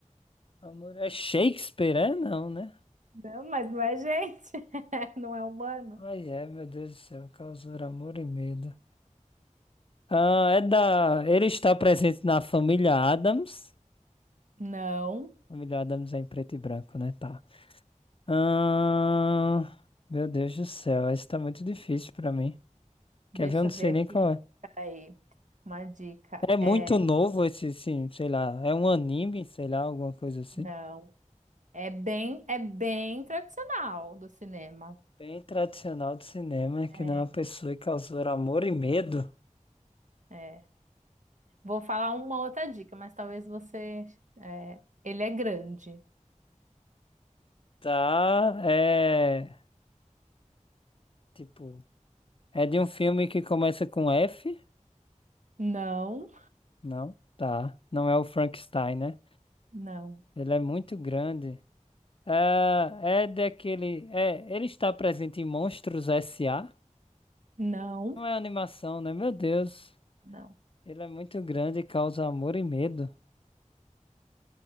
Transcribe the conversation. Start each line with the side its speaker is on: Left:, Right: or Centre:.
Left: Amor é Shakespeare, é? Não, né?
Right: Não, mas não é gente, <laughs> não é humano.
Left: Ai, é, meu Deus do céu, causou amor e medo. Ah, é da. Ele está presente na família Adams.
Right: Não,
Left: Família Adams é em preto e branco, né? Tá. Ah, meu Deus do céu, esse tá muito difícil pra mim. Quer
Right: deixa
Left: ver? Eu não
Right: eu
Left: sei
Right: ver
Left: nem
Right: aqui.
Left: qual é.
Right: Peraí, uma dica.
Left: É muito
Right: É,
Left: novo esse, sim, sei lá. É um anime, sei lá, alguma coisa assim.
Right: não. É bem, é bem tradicional do cinema.
Left: Bem tradicional do cinema, que
Right: É,
Left: não é uma pessoa que causou amor e medo.
Right: é. Vou falar uma outra dica, mas talvez você. é, ele é grande.
Left: Tá, é. Tipo, é de um filme que começa com F?
Right: Não,
Left: Não, tá. Não é o Frankenstein, né?
Right: não,
Left: Ele é muito grande. Ah, é daquele. É, ele está presente em Monstros S.A.
Right: não,
Left: Não é animação, né? Meu Deus.
Right: não.
Left: Ele é muito grande e causa amor e medo.